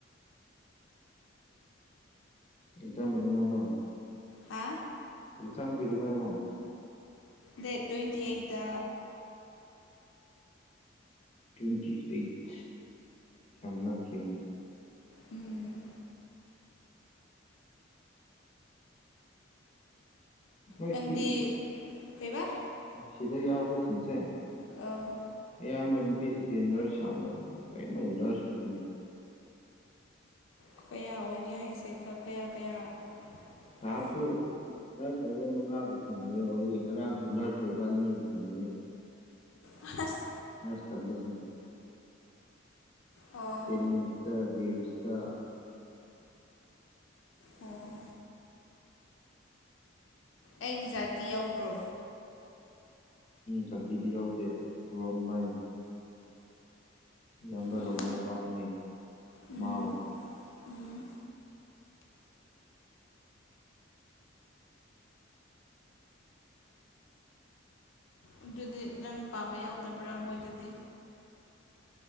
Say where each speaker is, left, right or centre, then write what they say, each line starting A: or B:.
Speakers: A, on the left; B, on the left.
A: ꯑꯦꯇꯣ ꯃꯗꯨꯉꯥꯏꯗꯣ
B: ꯍꯥꯥ
A: ꯀꯨꯊꯥꯃꯨꯛꯩꯗ ꯃꯥꯏꯔꯣ <unintelligible>
B: ꯗꯦꯠ ꯇ꯭ꯋꯦꯟꯇꯤ ꯑꯩꯠꯇ
A: ꯇ꯭ꯋꯦꯟꯇꯤ ꯑꯩꯠ ꯌꯥꯝ ꯂꯥꯛꯇ꯭ꯔꯤꯅꯦ
B: ꯎꯝ
A: ꯅꯣꯏ
B: ꯅꯪꯗꯤ
A: ꯁꯤ
B: ꯀꯩꯕꯥ
A: ꯁꯤꯗ ꯌꯥꯎꯕꯁꯤꯡꯁꯦ
B: ꯑ
A: ꯑꯌꯥꯝꯕ ꯅꯨꯄꯤꯁꯤꯡꯁꯦ ꯅꯔꯁ ꯌꯥꯝꯃꯣꯏ ꯀꯔꯤꯃ ꯅꯔꯁ ꯑꯣꯏꯔꯤꯅꯦ
B: ꯀꯌꯥ ꯑꯣꯏꯒꯦ ꯍꯥꯏꯁꯦ ꯀꯌꯥ ꯀꯌꯥ
A: ꯊꯝꯁꯨ
B: ꯀꯔꯝ
A: ꯅꯔꯁ ꯑꯣꯏꯕ ꯃꯉꯥꯒ ꯁꯥꯟꯅꯩꯌꯦ ꯋꯥꯔꯤ ꯉꯔꯥꯡꯁꯨ ꯅꯔꯁ ꯑꯣꯏꯕ ꯑꯅꯤꯒ ꯁꯥꯟꯅꯩꯌꯦ
B: ꯍꯁ
A: ꯑꯦꯁ ꯊꯂꯣꯁꯤꯡ <unintelligible>
B: ꯑꯣ
A: <unintelligible> ꯔꯤꯝꯁꯇ
B: ꯑꯣ ꯑꯩꯒꯤ ꯖꯥꯇꯤ ꯌꯧꯕ꯭ꯔꯣ
A: ꯖꯇꯤꯗꯤ ꯌꯥꯎꯗꯦ ꯔꯣꯡ ꯃꯩ ꯏꯌꯥꯝꯕ
B: ꯎꯝ
A: ꯔꯣꯃꯩ ꯄꯥꯎ ꯃꯩ
B: ꯎꯝ
A: ꯃꯥꯎ
B: ꯎꯝ ꯑꯗꯨꯗꯤ ꯅꯪ ꯄꯥꯝꯕ ꯌꯥꯎꯗꯕ꯭ꯔꯥ ꯃꯣꯏꯗꯨꯗꯤ